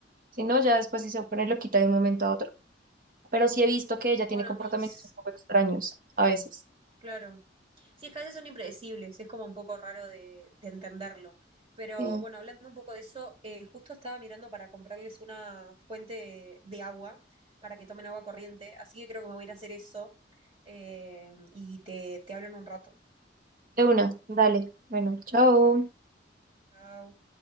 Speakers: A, on the right; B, on the right.
A: Si no, ya después sí se pone loquita de un momento a otro. Pero sí he visto que ella tiene
B: Bueno,
A: comportamientos
B: mis
A: un poco extraños a veces.
B: Claro. Sí, es que a veces son impredecibles, es como un poco raro de, de entenderlo. Pero
A: Sí,
B: bueno, hablando un poco de eso, eh, justo estaba mirando para comprarles una fuente de, de agua para que tomen agua corriente, así que creo que me voy a ir a hacer eso eh, y te, te hablo en un rato.
A: de una, dale. Bueno, chao.
B: Chau.